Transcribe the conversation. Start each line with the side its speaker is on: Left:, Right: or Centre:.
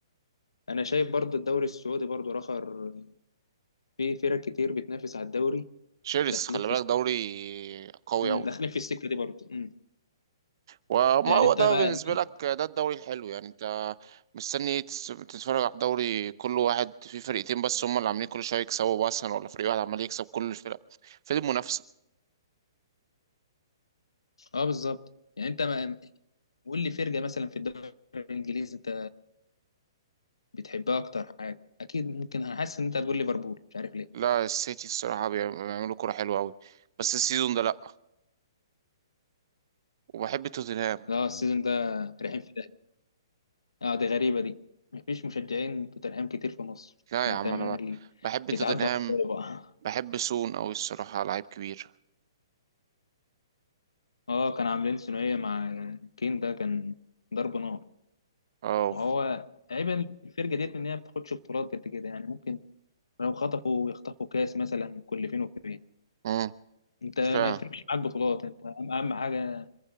Left: انا شايف برضه الدوري السعودي برضه رخر في فرق كتير بتنافس على الدوري
Right: شرس
Left: داخلين
Right: خلي
Left: في
Right: بالك دوري قوي
Left: مم،
Right: أوي
Left: داخلين في السكه دي برضه مم.
Right: وما
Left: يعني
Right: هو
Left: انت
Right: ده
Left: بقى
Right: بالنسبة لك ده الدوري الحلو يعني انت مستني ايه تس- تتفرج على الدوري كل واحد فيه فرقتين بس هم اللي عاملين كل شوية يكسبوا مثلا ولا فريق واحد عمال يكسب كل الفرق فين المنافسة
Left: اه بالظبط يعني انت ما قول لي فرقه مثلا في الدوري الانجليزي انت بتحبها اكتر حاجه اكيد ممكن هحس ان انت هتقول ليفربول مش عارف ليه
Right: لا السيتي الصراحة بيعم- بيعملوا كرة حلوة أوي بس السيزون ده لأ وبحب توتنهام
Left: لا السيزون ده رايحين في اه دي غريبة دي مفيش مشجعين توتنهام كتير في مصر
Right: لا
Left: انت
Right: يا عم
Left: من
Right: أنا
Left: اللي
Right: ب- بحب توتنهام
Left: بيتعدى على بقى
Right: بحب سون أوي الصراحة لعيب كبير
Left: <laughs> اه كان عاملين ثنائية مع كين ده كان ضرب نار
Right: أو
Left: وهو عيب الفرقة ديت ان هي ما بتاخدش بطولات قد كده يعني ممكن لو خطفوا يخطفوا كاس مثلا كل فين وفين
Right: مم.
Left: انت ما
Right: فعلا
Left: يفرقش معاك بطولات انت اهم أهم حاجة